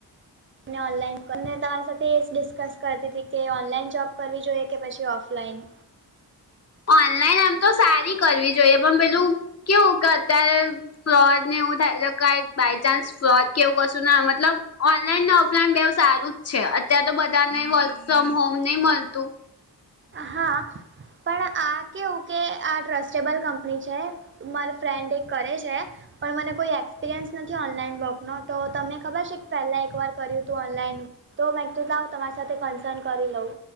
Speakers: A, on the right; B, on the left.
A: અને ઓનલાઈનને તમારી સાથે એ જ ડિસ્કસ કરતી હતી. કે ઓનલાઈન જોબ કરવી જોઈએ કે પછી ઓફલાઈન?
B: ઓનલાઈન આમ તો સારી કરવી જોઈએ, પણ પેલું કેવું કે અત્યારે ફ્રોડ ને એવું થાય તો કઈ બાય ચાન્સ ફ્રોડ કેવું કશું ના મતલબ ઓનલાઈન ને ઓફલાઈન બેવ સારું જ છે, અત્યારે તો બધાને વર્ક ફ્રોમ હોમ નહી, મળતું.
A: હા, પણ આ કેવું કે આ ટ્રસ્ટેબલ કંપની છે. મારા ફ્રેન્ડ એક કરે છે. પણ મને કોઈ એક્સપિરિયન્સ નથી ઓનલાઈન વર્ક નો તો તમને ખબર છે પહેલા એકવાર કર્યું તું ઓનલાઈન તો મેં કીધું લાવ તમારી સાથે કન્સન કરી લઉં.